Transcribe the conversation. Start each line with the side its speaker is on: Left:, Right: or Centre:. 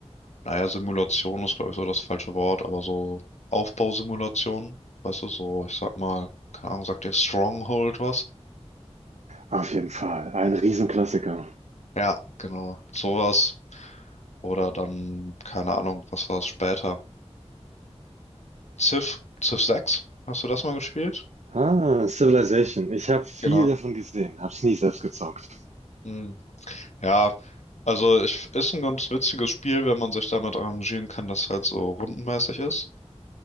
Left: naja, Simulation ist, glaube ich, so das falsche Wort, aber so Aufbausimulationen, weißt du, so, ich sag mal, keine Ahnung, sagt dir Stronghold was?
Right: Auf jeden Fall. Ein Riesenklassiker.
Left: Ja, genau, sowas. Oder dann, keine Ahnung, was war es später? Civ, Civ 6, hast du das mal gespielt?
Right: Ah, Civilization. Ich habe viel
Left: Genau.
Right: davon gesehen, hab's nie selbst gezockt.
Left: Hm. Ja, also ich, ist ein ganz witziges Spiel, wenn man sich damit arrangieren kann, dass halt so rundenmäßig ist.